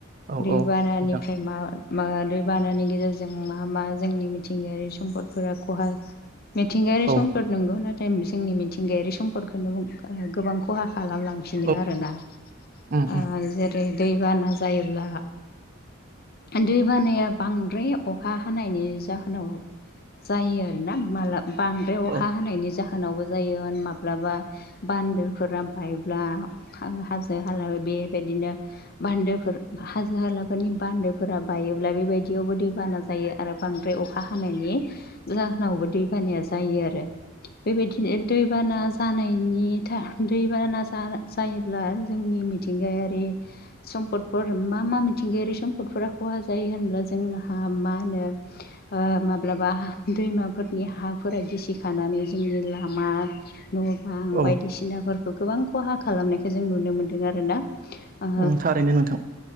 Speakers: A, on the right; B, on the left.
A: औ
B: दैबानानिफ्राय
A: औ नोंथां
B: मा मा दै बानानि गेजेरजों मा मा जोंनि मिथिंगायारि सम्पदफोरा खहा मेथिंगयारि
A: औ
B: सं नंगौ नाथाय मिसेंनि मिथिंगायारि सम्पदखौनो बुं ओ गोबां खहा खालामलां फिनो
A: औ
B: आरो ना
A: उम
B: आ
A: उम
B: जेरै' दैबाना जायोब्ला दै बानाया बांद्राय अखा हानायनि जाहोनाव जायो आरो ना माला बांद्राय अखा
A: औ
B: हानायनि जाहोनावबो जायो होन माब्लाबा बान्दोफोरा बायब्ला हा हाजो हाला बेबायदिनो बान्दोफोर हाजो हालाफोरनि बान्दोफोरा बायोब्ला बेबायदियावबो दैबाना जायो आरो बांद्राय अखा हानायनि जाहोनावबो दैबानाया जायो आरो। बेबायदिनो दै' बाना जानायनि था दै'बाना जा जायोब्ला जोंनि मिथिंगायारि सम्पदफोर मा मा मिथिंगायारि सम्पदफोरा खहा जायो होनब्ला जोंहा मा होनो ओ माब्लाबा दैमाफोरनि हाफोरा गिसि खानानै जोंनि लामा न' बां
A: औ
B: बायदिसि नाफोरखौ गोबां खहा खालामनायखौ जों नुनो मोनदों आरो ना। ओ
A: औ थारैनो नोंथां